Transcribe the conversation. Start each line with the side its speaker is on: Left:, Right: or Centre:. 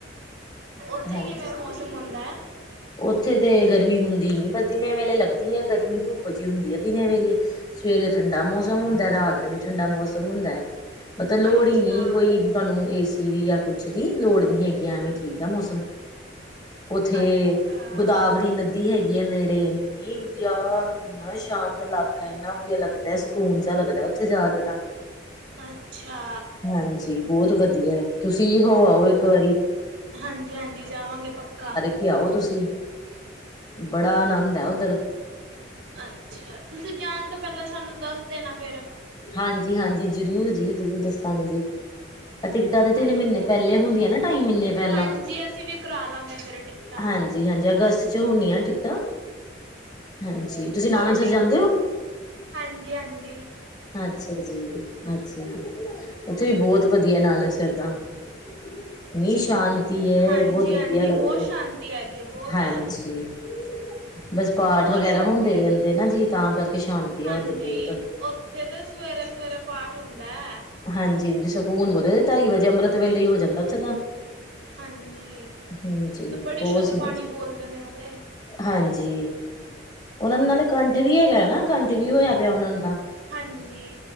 Right: ਉੱਥੇ
Left: ਹਾਂਜੀ
Right: ਕਿਵੇਂ ਮੌਸਮ ਹੁੰਦੈ।
Left: ਉੱਥੇ ਤੇ ਗਰਮੀ ਹੁੰਦੀ ਨੀ ਬਸ ਦਿਨੇ ਵੇਲੇ ਲੱਗਦੀ ਹੈ। ਗਰਮੀ ਧੁੱਪ ਜਿਹੀ ਹੁੰਦੀ ਹੈ। ਦਿਨੇ ਵੇਲੇ। ਸਵੇਰੇ ਠੰਡਾ ਮੌਸਮ ਹੁੰਦਾ ਹੈ। ਰਾਤ ਨੂੰ ਵੀ ਠੰਡਾ ਮੌਸਮ ਹੁੰਦਾ ਹੈ। ਮਤਲਬ ਲੋੜ
Right: ਅੱਛਾ
Left: ਨੀ ਕੋਈ। ਤੁਹਾਨੂੰ ਏ ਸੀ ਦੀ ਜਾਂ ਕੁਛ ਦੀ ਲੋੜ ਨਹੀਂ ਹੈਗੀ ਐਵੇਂ ਠੀਕ ਹੈ ਮੌਸਮ। ਉੱਥੇ
Right: ਅੱਛਾ
Left: ਗੋਦਾਵਰੀ ਨਦੀ ਹੈਗੀ ਆ ਨੇੜੇ ਇੰਨੀ ਵਧੀਆ। ਇੰਨਾ ਸ਼ਾਂਤ ਇਲਾਕਾ ਇੰਨਾ ਵਧੀਆ ਲੱਗਦਾ ਸਕੂਨ ਜਿਹਾ ਲੱਗਦਾ ਉੱਥੇ ਜਾ ਕੇ ਤਾਂ।
Right: ਅੱਛਾ।
Left: ਹਾਂਜੀ ਬਹੁਤ ਵਧੀਆ ਤੁਸੀਂ ਹੋ ਆਓ ਇੱਕ ਵਾਰੀ।
Right: ਹਾਂਜੀ, ਹਾਂਜੀ ਜਾਵਾਂਗੇ ਪੱਕਾ।
Left: ਦੇਖ ਕੇ ਆਓ ਤੁਸੀਂ ਬੜਾ ਆਨੰਦ ਹੈ ਉੱਧਰ।
Right: ਅੱਛਾ, ਤੁਸੀਂ ਜਾਣ ਤੋਂ ਪਹਿਲਾਂ ਸਾਨੂੰ ਦੱਸ ਦੇਣਾ ਫੇਰ।
Left: ਹਾਂਜੀ, ਹਾਂਜੀ, ਜ਼ਰੂਰ ਜੀ, ਜ਼ਰੂਰ ਦੱਸਾਂਗੇ ਜੀ। ਇਹ ਟਿਕਟਾਂ ਤੇ ਤਿੰਨ
Right: ਹਾਂਜੀ।
Left: ਮਹੀਨੇ ਪਹਿਲੇ ਹੁੰਦੀਆਂ ਨਾ ਢਾਈ ਮਹੀਨੇ ਪਹਿਲਾਂ
Right: ਹਾਂਜੀ ਅਸੀਂ ਵੀ ਕਰਾ ਲਾਂਗੇ ਫਿਰ ਟਿਕਟਾਂ
Left: ਹਾਂਜੀ। ਜੀ ਹਾਂਜੀ ਅਗਸਤ 'ਚ ਹੋਣੀਆਂ ਟਿਕਟਾਂ ਹਾਂਜੀ। ਤੁਸੀਂ ਨਾਨਕਸਰ
Right: ਕੋਈ ਨਹੀਂ,
Left: ਜਾਂਦੇ ਹੋ?
Right: ਹਾਂਜੀ, ਹਾਂਜੀ।
Left: ਅੱਛਾ ਜੀ, ਅੱਛਾ। ਉੱਥੇ ਵੀ ਬਹੁਤ ਵਧੀਆ ਨਾਨਕਸਰ ਤਾਂ ਇੰਨੀ ਸ਼ਾਂਤੀ। ਸ਼ਾਂਤੀ ਏ ਹੈ।
Right: ਹਾਂਜੀ-ਹਾਂਜੀ
Left: ਬਹੁਤ ਵਧੀਆ ਲੱਗਦਾ
Right: ਬਹੁਤ ਸ਼ਾਂਤੀ
Left: ਹੈ
Right: ਹੈਗੀ ਹੈ ਬਹੁਤ ਜ਼ਿਆਦਾ
Left: ਹਾਂਜੀ। ਬਸ ਪਾਠ
Right: ਬਹੁਤ
Left: ਵਗੈਰਾ
Right: ਸ਼ਾਂਤੀ
Left: ਹੁੰਦੇ
Right: ਹੈਗੀ
Left: ਰਹਿੰਦੇ
Right: ਹੈ।
Left: ਨਾ ਜੀ ਤਾਂ ਕਰਕੇ ਸ਼ਾਂਤੀ
Right: ਹਾਂਜੀ
Left: ਆ ਉੱਧਰ ਬਹੁਤ।
Right: ਉੱਥੇ ਤੇ ਸਵੇਰੇ ਸਵੇਰੇ ਪਾਠ ਹੁੰਦਾ ਹੈ।
Left: ਹਾਂਜੀ ਹਾਂਜੀ ਸਕੂਨ ਵੱਧ ਢਾਈ ਵਜੇ ਅੰਮ੍ਰਿਤ ਵੇਲੇ ਹੀ ਹੋ ਜਾਂਦਾ ਉੱਥੇ ਤਾਂ।
Right: ਹਾਂਜੀ
Left: ਹੂੰ ਜੀ
Right: ਤੇ ਬੜੀ
Left: ਹੋਰ
Right: ਸ਼ੁੱਧ
Left: ਸੁਣਾਓ
Right: ਬਾਣੀ
Left: ਜੀ
Right: ਬੋਲਦੇ ਨੇ ਉਹ ਤੇ।
Left: ਹਾਂਜੀ, ਉਹਨਾਂ ਦੇ ਨਾਲੇ ਕੰਠ ਵੀ ਹੈਗਾ ਨਾ। ਕੰਠ ਵੀ ਹੋਇਆ ਪਿਆ ਉਹਨਾਂ ਨੂੰ ਦਾ।
Right: ਹਾਂਜੀ।